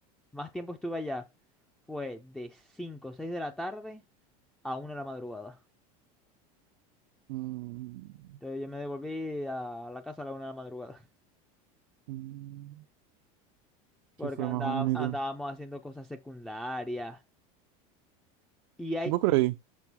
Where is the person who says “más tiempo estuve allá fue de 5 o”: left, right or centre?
Centre